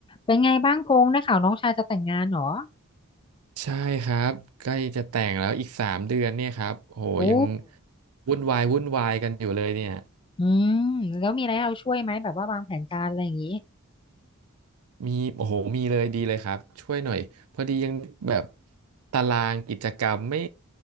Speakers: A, on the left; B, on the right.
A: เป็นไงบ้างพงษ์ได้ข่าวน้องชายจะแต่งงานเหรอ
B: ใช่ครับใกล้จะแต่งแล้วอีกสามเดือนเนี่ยครับโอ้โหยัง
A: โอ้
B: วุ่นวายวุ่นวายกันอยู่เลยเนี่ย
A: อืมแล้วมีอะไรให้เราช่วยไหมแบบว่าวางแผนการอะไรอย่างนี้
B: มีโอ้โหมีเลยดีเลยครับช่วยหน่อยพอดียังแบบตารางกิจกรรมไม่